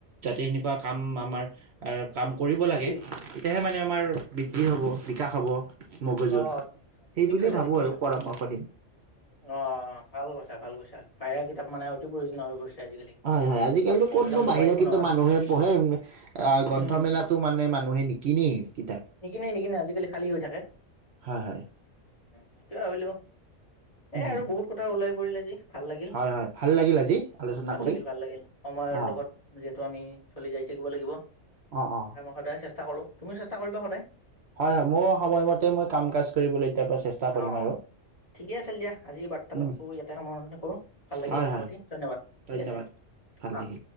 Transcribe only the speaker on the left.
ঠিকেই
আহ
ঠিক
কৈছা
ঠিক কৈছা
আহ ভাল কৈছা ভাল কৈছা বাহিৰা কিতাপ মানে অতি প্ৰয়োজনীয় হৈ পৰিছে আজিকালি
মানে
এইবিলাক মোবাইল
ফোনৰ
কাৰণে
উম
নিকিনে নিকিনে আজিকালি খালী হৈ
মই টো ভাবিলোঁ এ
আৰু বহুত কথা ওলাই কৰিলে যি ভাল লাগিল
ভাল
লাগিল ভাল লাগিল সময়ৰ
লগত ত আমি চলি যাই থাকিব লাগিব
মই সদায় চেষ্টা কৰো তুমি চেষ্টা ষ্টা কৰিবা সদায়
অ
ঠিকেই আছিল দিয়া আজি বাৰ্তালাপটো
ইয়াতে সামৰণি কৰো ভাল লাগিল
কথা
পাতি ধন্যবাদ ঠিক
আছে
অ